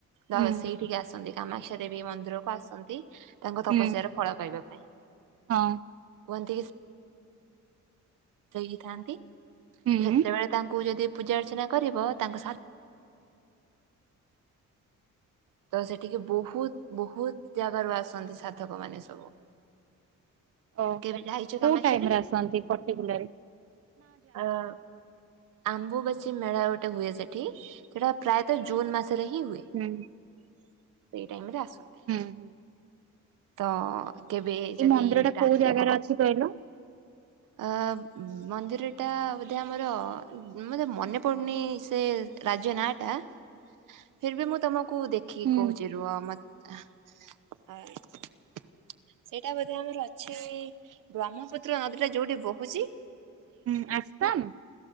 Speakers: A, on the right; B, on the right.
A: ଧ
B: ହୁଁ
A: ସେଇଠିକି ଆସନ୍ତି କାମାକ୍ଷା ଦେବୀ ମନ୍ଦିର କୁ ଆସନ୍ତି। ତାଙ୍କ ତପସ୍ୟାର
B: ହୁଁ
A: ଫଳ ପାଇବା ପାଇଁ।
B: ହଁ।
A: କୁହନ୍ତି କିସ୍ ସିଦ୍ଧ ହେଇକିଥାନ୍ତି ତ
B: ହୁଁ
A: ସେତେବେଳେ ତାଙ୍କୁ ଯଦି ପୂଜା ଅର୍ଚ୍ଚନା କରିବ ତାଙ୍କ ସା ତ ସେଠିକି ବହୁତ୍ ବହୁତ୍ ଜାଗାରୁ ଆସନ୍ତି ସାର୍ଥକ ମାନେ ସବୁ।
B: ଓହୋ
A: କେବେ ଯାଇଛ କାମାକ୍ଷା
B: କୋଉ ଟାଇମ୍
A: ଦେବୀ?
B: ରେ ଆସନ୍ତି ପଟିକୁଲାରି?
A: ଆଁ ଆମ୍ବବାଛି ମେଳା ଗୋଟେ ହୁଏ ସେଠି ସେଟା ପ୍ରାୟତଃ ଜୁନ୍ ମାସରେ ହିଁ ହୁଏ।
B: ହୁଁ
A: ସେଇ ଟାଇମ୍ ରେ ଆସନ୍ତି
B: ହୁଁ ହୁଁ
A: ତ କେବେ ଯଦି
B: ଏଇ ମନ୍ଦିର ଟା
A: ତା
B: କୋଉ ଜାଗାରେ ଅଛି କହିଲୁ?
A: ଅ ମନ୍ଦିର ଟା ବୋଧେ ଆମର ବୋଧେ ମନେ ପଡୁନି ସେ ରାଜ୍ୟ ନାଁ ଟା ଫିର୍ ବି ମୁଁ ତମକୁ ଦେଖିକି
B: ହୁଁ
A: କହୁଚି ରୁହ ମ <inaudible> ସେଇଟା ବୋଧେ ଆମର ଅଛି ବ୍ରହ୍ମପୁତ୍ର ନଦୀ ଟା ଯୋଉଠି ବୋହୁଚି
B: ହୁଁ ଆସମ୍